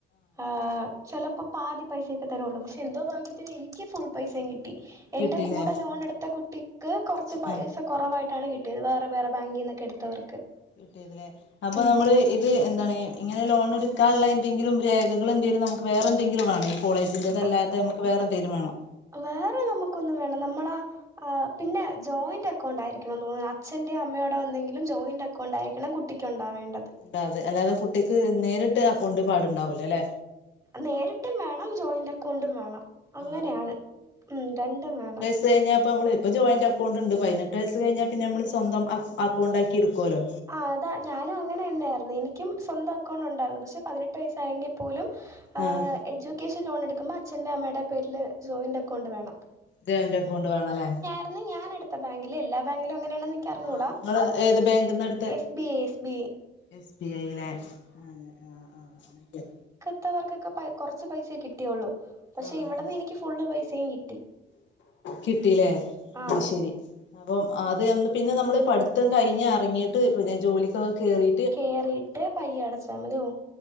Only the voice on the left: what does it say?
കിട്ടില്ലേ
ആ
കിട്ടിയതല്ലേ അപ്പ
നമ്മള് ഇ അത് എന്താണ്, ഇങ്ങനെ ലോണെടുക്കാനുള്ള എന്തെങ്കിലും രേഖകളെന്തെലും നമുക്ക് വേറെന്തെങ്കിലും വേണോ? കോളേജിന്റെേതല്ലാത്ത
നമക്ക് വേറെ എന്തേലും വേണോ?
ഉണ്ടാകാ, അല്ലാതെ കുട്ടിക്ക് നേരിട്ട് അക്കൗണ്ട് പാടുണ്ടാവൂലല്ലെ?
ആഹ്
ത് കഴിഞ്ഞാപ്പമ്മള് ഇപ്പോ ജോയിന്റ് അക്കൗണ്ടൊണ്ട് പതിനെട്ടു വയസ്സ് കഴിഞ്ഞാ പിന്നെമ്മള് സ്വന്തം അക്കൗണ്ടാക്കിയെടുക്കുവല്ലോ.
ആഹ
ജോയിന്റക്കൗണ്ട് വേണം അല്ലേ?
ആഹ് നിങ്ങള് ഏത് ബാങ്കിൽന്ന് എടുത്തെ
S B I യില്ല ആഹ ആഹ ഓകെ
ആഹ്
ആഹ്
കിട്ടീലെ
ആ ശരി അപ്പം അത് നല്ല പിന്നെ നമ്മള് പഠിത്തം കഴിഞ്ഞ് എറങ്ങീട്ട് പിന്നെ ജോലിക്കൊക്കെ കേറി